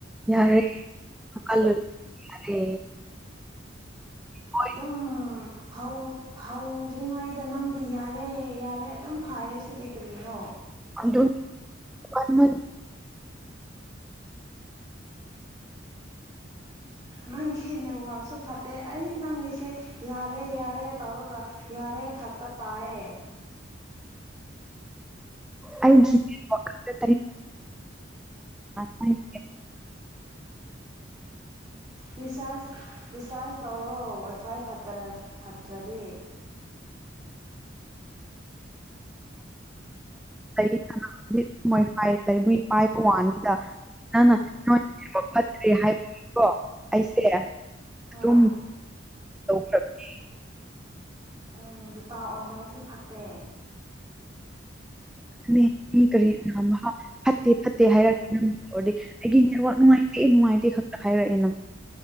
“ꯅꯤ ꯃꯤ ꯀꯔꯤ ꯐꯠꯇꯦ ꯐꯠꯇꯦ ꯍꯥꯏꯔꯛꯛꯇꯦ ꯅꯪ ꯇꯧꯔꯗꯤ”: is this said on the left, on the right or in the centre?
Centre